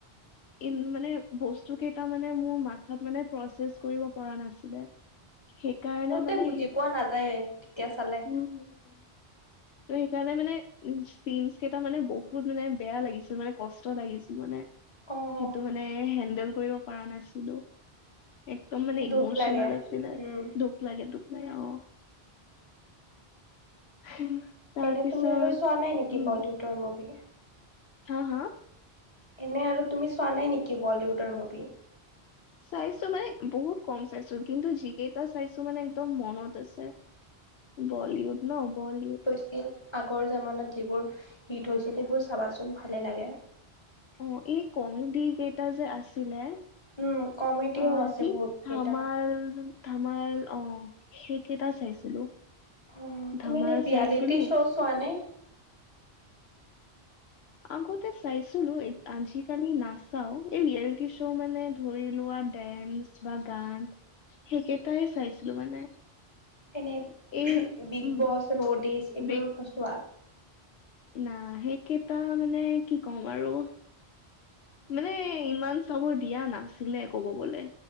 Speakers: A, on the left (about 75°); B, on the left (about 25°).
A: ইন মানে বস্তু কেইটা মানে মোৰ মাথাত মানে প্ৰচেছ কৰিব পৰা নাছিলে। সেইকাৰণে মানে
B: এ বুজি
A: সেই
B: পোৱা নাযায়ে তেতিয়া চালে।
A: উম। তই সেইকাৰণে মানে উ চিনচ কেইটা মানে বহুত মানে বেয়া লাগিছে মানে কষ্ট লাগিছিল মানে।
B: অ',
A: সেইটো মানে হেণ্ডেল কৰিব পৰা নাছিলো। একদম মানে ইমোচেনেল
B: দুখ লাগে
A: আছিলে
B: উম।
A: দোষ লাগে লাগে অ। <unintelligible> তাৰপিছত
B: এনে তুমি আৰু চোৱা নাই নেকি
A: উম
B: বলিউডৰ মুভি।
A: হা হা।
B: এনেই আৰু তুমি চোৱা নাই নেকি বলিউডৰ মুভি।
A: চাইছো মানে বহুত কম চাইছো কিন্তু যিকেইটা চাইছো মানে একদম মনত আছে। বলিউড ন বলিউড।
B: কিট আগৰ জামানাত যিবোৰ হিট হৈছিল সেইবোৰ চাবাচোন ভালেই লাগে।
A: অ এই কমেডি কেইটা যে আছিলে।
B: উম কমেডিও
A: অ
B: আছে
A: কি
B: বহুত
A: ধামাল,
B: কেইটা
A: ধামাল অ সেইকেইটাও চাইছিলো।
B: অ
A: ধামাল
B: তুমি এনে ৰিয়ালিটি
A: চাইছিলো
B: শ'ছোৱানে।
A: আগতে চাইছিলো আজি। কালি নাচাও এই ৰিয়েলিটি শ্ব' মানে ধৰি লোৱা ডেন্স বা গান। সেইকেইটাই চাইছিলো মানে।
B: এনেই
A: এই
B: বিগ
A: উম
B: বছ ৰ'ডিচ এইবোৰো
A: বিগ
B: নোচোৱা।
A: না সেইকেইটা মানে কি কম আৰু মানে ইমান। চাব দিয়া নাছিলে ক'ব গ'লে